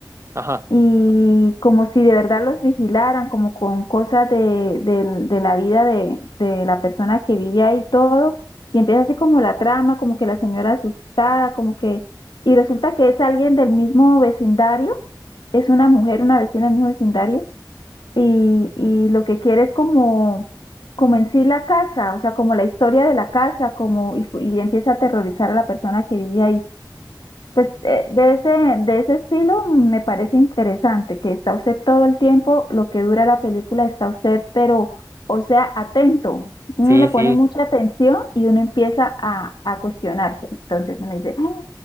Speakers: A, on the right; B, on the left.
A: Ajá,
B: y como si de verdad los vigilaran, como con cosas de, del- de la vida de, de la persona que vive ahí y todo, y empieza así como la trama, como que la señora asustada, como que, y resulta que es alguien del mismo vecindario, es una mujer, una vecina del mismo vecindario, y, y lo que quiere es como, como en sí la casa, o sea, como la historia de la casa, como, y, y empieza a aterrorizar a la persona que vive ahí. Pues eh, de ese, de ese estilo me parece interesante, que está usted todo el tiempo, lo que dura la película está usted, pero, o sea, atento. Uno
A: sí,
B: le
A: sí,
B: pone mucha atención y uno empieza a, a cuestionarse. Entonces uno dice, "Ah,